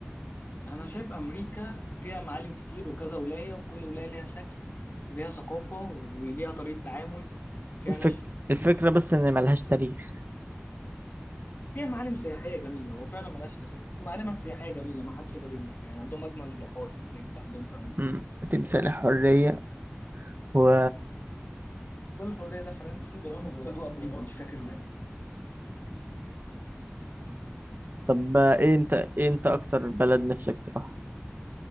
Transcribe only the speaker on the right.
الفك...
الفكرة بس إن ملهاش تاريخ
مم. تمثال الحرية و
طب إيه أنت إيه أنت أكتر بلد نفسك تروح